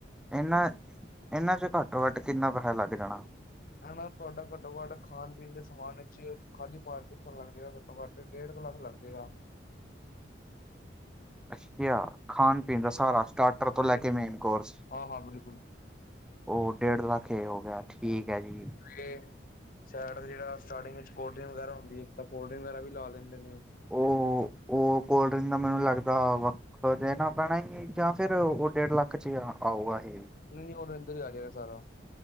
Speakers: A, in the centre; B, on the left.
A: ਇਹਨਾਂ ਇਹਨਾਂ ਚ ਘੱਟੋ-ਘੱਟ ਕਿੰਨਾ ਪੈਸਾ ਲੱਗ ਜਾਣਾ?
B: ਹਨਾ ਤੁਹਾਡਾ ਘੱਟੋ-ਘੱਟ ਖਾਣ-ਪੀਣ ਦੇ ਸਮਾਨ ਵਿੱਚ ਖਾਲੀ ਪਾਰਟੀ ਲੱਗ ਜਾ ਘੱਟੋ-ਘੱਟ ਡੇਢ ਕੁ ਲੱਖ ਲੱਗ ਜੇ ਗਾ।
A: ਅੱਛਿਆ, ਖਾਣ ਪੀਣ
B: ਹਾਂਜੀ
A: ਦਾ ਸਾਰਾ
B: ਹਾਂਜੀ
A: ਸਟਾਰਟਰ ਤੋਂ
B: ਹਾਂਜੀ
A: ਲੈ ਕੇ
B: ਹਾਂਜੀ
A: ਮੇਨ ਕੋਰਸ
B: ਹਾਂ ਹਾਂ ਬਿਲਕੁਲ
A: ਉਹ ਡੇਢ ਲੱਖ ਐ ਗਿਆ ਠੀਕ ਐ ਜੀ
B: ਤੇ, ਸ਼ਾਇਡ ਜਿਹੜਾ ਸਟਾਰਟਿੰਗ ਵਿੱਚ ਕੋਲਡ ਡਰਿੰਕ ਵਗੈਰਾ ਹੁੰਦੀ ਐ ਤਾਂ ਕੋਲਡ ਡਰਿੰਕ ਵਗੈਰਾ ਵੀ ਲਾ ਲੈਂਦੇ ਨੇ
A: ਉਹ ਉਹ ਕੋਲਡ ਡਰਿੰਕ ਦਾ ਮੈਨੂੰ ਲੱਗਦਾ ਵੱਖ ਦੇਣਾ ਪੈਣਾ ਈ ਐ। ਜਾਂ ਫਿਰ ਉਹ ਡੇਢ ਲੱਖ ਚ ਆਊਗਾ ਇਹੇ
B: ਨਈ ਔਦੇ ਅੰਦਰ ਈ ਆਜੇਗਾ ਸਾਰਾ